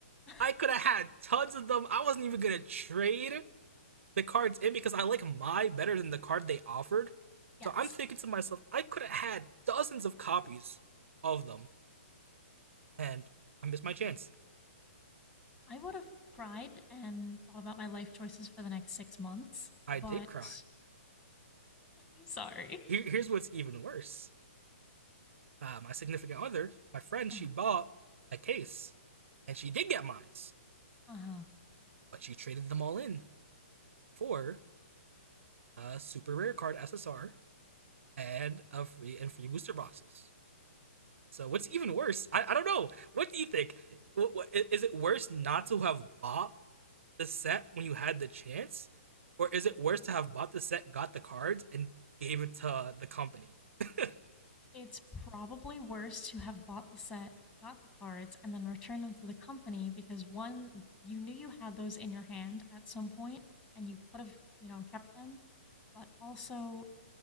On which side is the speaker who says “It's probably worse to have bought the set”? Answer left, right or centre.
Left